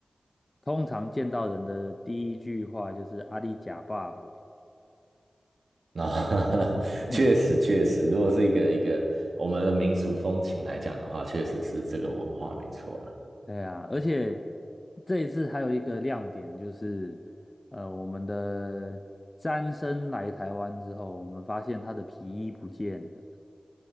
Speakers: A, on the left (about 30°); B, on the right (about 65°).
A: 通常见到人的第一句话就是“阿里假爸爸”，
B: 然 <laughs>
A: 哼，
B: 确实确实，如果是一个一个我们的民俗风情来讲的话，确实是这个文化没错啊。
A: <laughs> 对呀，而且这一次还有一个亮点就是，呃，我们的詹森来台湾之后，我们发现他的皮衣不见了。